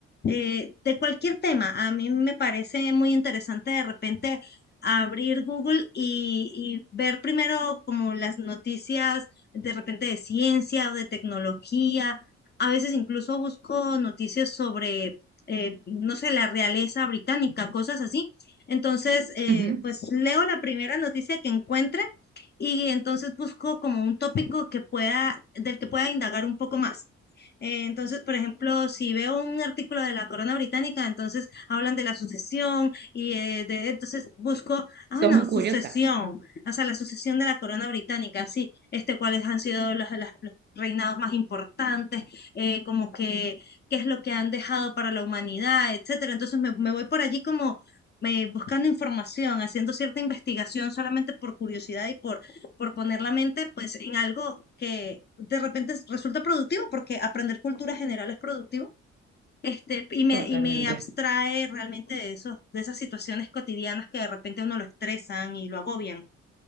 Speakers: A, on the left (about 30°); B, on the right (about 30°).
A: eh, de cualquier tema. A mí me parece muy interesante de repente abrir Google y, y ver primero como las noticias de repente de ciencia o de tecnología. A veces incluso busco noticias sobre, eh, no sé, la realeza británica, cosas así. Entonces, eh,
B: Ujú,
A: pues leo la primera noticia que encuentre y entonces busco como un tópico que pueda, del que pueda indagar un poco más. Eh, entonces, por ejemplo, si veo un artículo de la Corona Británica, entonces hablan de la sucesión, y eh, de- entonces busco, ah,
B: Sos
A: bueno,
B: muy
A: sucesión,
B: curiosa.
A: o sea, la sucesión de la corona británica, sí, este, cuáles han sido las, las- los reinados más importantes, eh, como que qué es lo que han dejado para la humanidad, etcétera. Entonces me, me voy por allí como eh, buscando información, haciendo cierta investigación solamente por curiosidad y por, por poner la mente pues en algo que de repente resulta productivo, porque aprender cultura general es productivo este, y me,
B: Totalmente.
A: y me abstrae realmente de esos, de esas situaciones cotidianas que de repente a uno lo estresan y lo agobian.